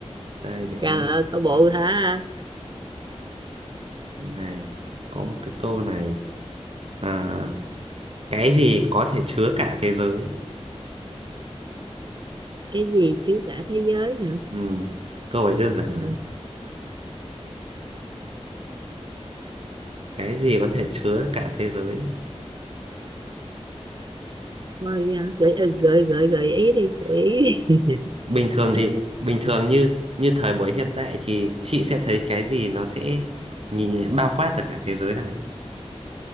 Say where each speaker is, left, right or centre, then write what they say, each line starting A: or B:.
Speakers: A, on the right; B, on the right.
A: đây để
B: Trời
A: em
B: ơi, có bộ hả?
A: này có một cái câu này à cái gì có thể chứa cả thế giới
B: Cái gì chứ cả thế giới hả?
A: ừ câu ấy đơn giản
B: Ừ.
A: lắm cái gì có thể chứa cả thế giới
B: Thôi à, gợi, ừ, gợi, gợi, gợi ý đi, gợi ý đi. <laughs>
A: bình thường
B: À,
A: thì bình thường như như thời buổi hiện tại thì chị sẽ thấy cái gì nó sẽ nhìn bao quát được cả thế giới này